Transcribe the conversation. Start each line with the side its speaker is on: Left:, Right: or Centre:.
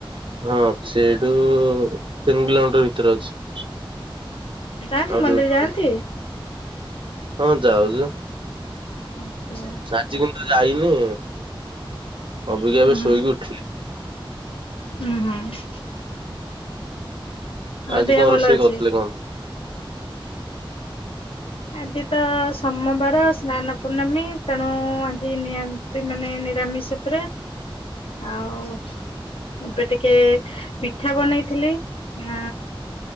Right: ହଁ ଅଛି ଏଇଠୁ ତିନି କିଲୋମିଟର ଭିତରେ ଅଛି।
Left: ଯାଆନ୍ତି
Right: ଆଉ ଯୋଉଠୁ
Left: ମନ୍ଦିର ଯାଆନ୍ତି।
Right: ହଁ ଯାଉଚୁ।
Left: ଆଚ୍ଛା।
Right: ଆଜି କିନ୍ତୁ ଯାଇନି ଅବିକା ଏବେ
Left: ଉଁ
Right: ଶୋଇକି ଉଠିଲି
Left: ଉଁ ହୁଁ। ଆଉ
Right: ଆଜି
Left: ଦେହ
Right: କଣ
Left: ଭଲ
Right: ରୋଷେଇ
Left: ଅଛି।
Right: କରିଥିଲେ କଣ?
Left: ଆଜି ତ ସୋମବାର ସ୍ନାନ ପୂର୍ଣ୍ଣମୀ ତେଣୁ ଆଜି ନିହା ତି ମାନେ ନିରାମିଷ ଉପରେ ଆଉ ଏବେ ଟିକେ ପିଠା ବନେଇଥିଲି ଆ